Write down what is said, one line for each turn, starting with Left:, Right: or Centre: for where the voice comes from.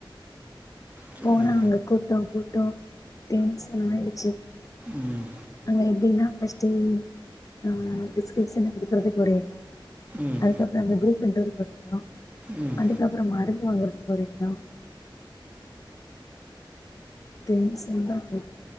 Right: சேரி
Left: போனா அங்க கூட்ட கூட்ட டென்சனாயிடுச்சி
Right: ம்
Left: அங்க எப்டின்னா ஃபஸ்ட்டைம் அ டிஸ்கிரிப்ஷன் குடுக்குறதுக்கு ஒரு எடோ
Right: ம்
Left: அதுக்கப்புற அங்க குரூப் எண்றதுக்கு ஒரு எடோ
Right: ம்
Left: அதுக்கப்புற மருந்து வாங்குறதுக்கு ஒரு எடோ டென்ஷன் தா ஆகுது